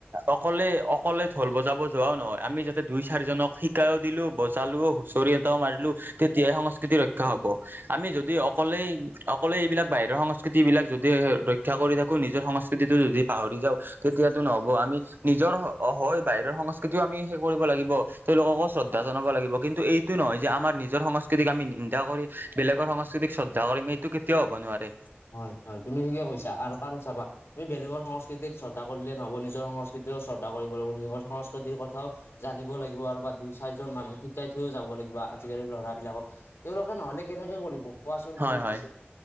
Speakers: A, on the right; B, on the left.
A: অকলে- অকলে ঢোল বজাব যোৱাওঁ নহয়, আমি যাতে দুই চাৰিজনক শিকাইওঁ দিলো বজালোওঁ হুঁচৰি এটাও মাৰিলো তেতিয়াহে সংস্কৃতি ৰক্ষা হ'ব, আমি যদি অকলেই অকলে এইবিলাক বাহিৰৰ সংস্কৃতি বিলাক যদি ৰক্ষা কৰি থাকো নিজৰ সংস্কৃতিটো যদি পাহৰি যাওঁ তেতিয়াতো নহ'ব আমি নিজৰ হয় বাহিৰৰ সংস্কৃতিও আমি শেষ কৰিব লাগিব। তেওঁলোককো শ্ৰদ্ধা জনাব লাগিব কিন্তু এই এইটো নহয় যে আমাৰ নিজৰ সংস্কৃতিক আমি নিন্দা কৰি বেলেগৰ সংস্কৃতিক শ্ৰদ্ধা কৰিম এইটো কেতিয়াও হ'ব নোৱাৰে।
B: হয়, হয় তুমি ঠিকে কৈছা? আৰু কাৰণ চাবা আমি বেলেগৰ সংস্কৃতিক শ্ৰদ্ধা কৰিলে নহব নিজৰ সংস্কৃতিও শ্ৰদ্ধা কৰিব লাগিব নিজৰ সংস্কৃতিৰ কথাও জানিব লাগিব আৰু বা দুই চাৰিজন মানুহ শিকাই থৈও যাব লাগিব আজিকালি লৰা বিলাকক তেওঁলোকে নহ'লে কেনেকে কৰিব, কোৱাচোন
A: হয়
B: তুমি
A: হয়
B: পিছে